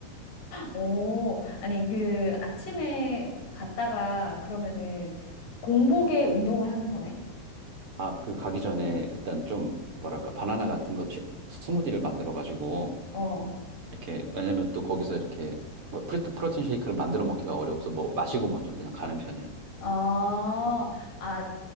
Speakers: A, on the left (about 85°); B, on the right (about 35°).
A: 오, 아니, 그, 아침에 갔다가 그러면은 공복에 운동을 하는 거네?
B: 아, 그 가기 전에 일단 좀 뭐랄까 바나나 같은 거 쉐- 스무디를 만들어 가지고
A: 어.
B: 이렇게, 왜냐면 또 거기서 이렇게, 뭐, 프리- 프로틴 쉐이크를 만들어 먹기가 어려워서 뭐, 마시고 먼저 그냥 가는 편이야.
A: 아, 아,